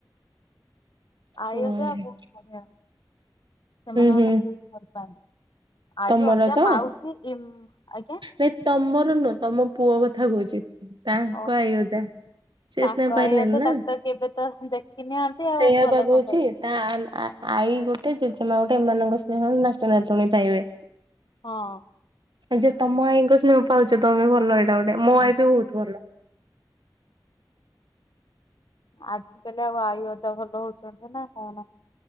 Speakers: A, on the left; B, on the right.
A: ଆଇ
B: ହୁଁ
A: ଅଜା ବହୁତ ବଢିଆ, ସେମାନେ
B: ହୁଁ
A: ମତେ ବହୁତ ଭଲି ପାଆନ୍ତି। ଆଇ,
B: ତମର
A: ଅଜା,
B: ତ
A: ମାଉସୀ ଇମ୍ ଆଜ୍ଞା
B: ନାଇଁ ତମର ନୁହଁ ତମ ପୁଅ କଥା। ଖା -ଉଚିତ୍ ତାଙ୍କ
A: ଓ
B: ଆଇ ଅଜା, ସେ
A: ତାଙ୍କ
B: ସ୍ନେହ ପାଇଲେନି
A: ଆଈ ଅଜା
B: ନା,
A: ତାକୁ ତ କେବେ ତ ଦେଖିନାହାନ୍ତି
B: ସେଇଆ
A: ଆଉ ଭଲ
B: ପା କହୁଛି,
A: କଣ ପାଇବେ
B: ତା ଆଈ ଗୋଟେ ଜେଜେ ଏ ମା ଗୋଟେ, ଏମାନଙ୍କ ସ୍ନେହ ନାତି ନାତୁଣୀ ପାଇବେ।
A: ହଁ।
B: ଯେ ତମ ଆଇଙ୍କ ସ୍ନେହ, ପାଉଛ ତମେ ଭଲ ଏଇଟା ଗୋଟେ, ମୋ ଆଇ ବି ବହୁତ ଭଲ।
A: ଆଜି କାଲି ଆଉ, ଆଇ ଅଜା ଭଲ ହଉଛନ୍ତି ନା କଣ।